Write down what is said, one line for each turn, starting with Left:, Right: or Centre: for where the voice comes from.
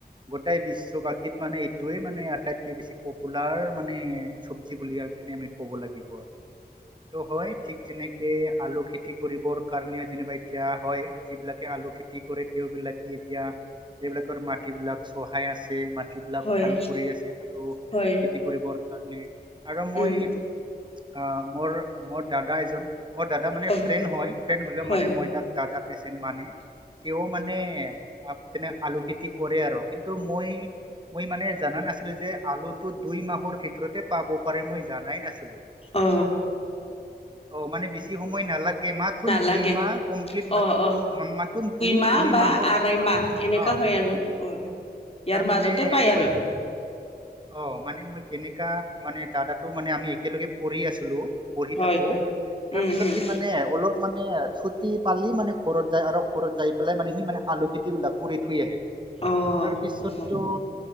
Right: গোটেই বিশ্ব বাসী বিত মানে এইটোয়ে মানে আটাইতকে বেছি পপুলাৰ মানে চব্জি চব্জি বুলি কি আমি ক'ব লাগিব আৰু টো হয় ঠিক তেনেকে আলু খেতি কৰিবৰ কাৰণে যেনিবা এতিয়া হয় যিবিলাকে আলু খেতি কৰে তেওঁবিলাকে এতিয়া এইবিলাকৰ মাটি বিলাক চহাই আছে মাটিবিলাক
Left: হয় হয়
Right: ভাল কৰি আছে আলু
Left: হয়
Right: খেতি কৰিবৰ কাৰণে আৰু মই
Left: উম
Right: অ মোৰ মোৰ দাদা এজন মোৰ দাদা মানে
Left: অ
Right: ফ্ৰেণ্ড হয় ফ্ৰেণ্ড হলেও
Left: হয়
Right: মানে মই তাক দাদা নিচিনা মানে তেওঁ মানে আ তেনে আলু খেতি কৰে আৰ কিন্তু মই মই মানে জনা নাছিলো যে আলুটো দুই মাহ মাহৰ ভিতৰতে পাব পাৰে মই জানাই নাছিলো
Left: অ
Right: অ মানে বি বেছি সময় নালাগে এ মাথোন
Left: নালাগে
Right: দুই মাহ কমপ্লিট মা
Left: অ অ
Right: মাথোন দুই
Left: মাহ
Right: দুই
Left: বা
Right: মাহৰ
Left: আঢ়ৈ
Right: পিছত
Left: মাহ এনেকা
Right: অ
Left: হয় আৰু অ ইয়াৰ
Right: তাৰমানে
Left: মাজতে পায়
Right: মই
Left: আৰু
Right: কেনে অ মানে মই কেনেকা মানে দাদাটো মানে আমি একেলগে পঢ়ি আছিলো পঢ়ি
Left: হয়
Right: থাকো
Left: হয়
Right: তাৰপিছত
Left: উম হম
Right: কি মানে অলপ মানে চুটি পালি মানে ঘৰত যায় আৰু ঘৰত যাই পেলাই মানে সি মানে আলু খেতি বিলাক কৰি থৈ আহে
Left: অ
Right: তাৰপিছত
Left: অ
Right: তো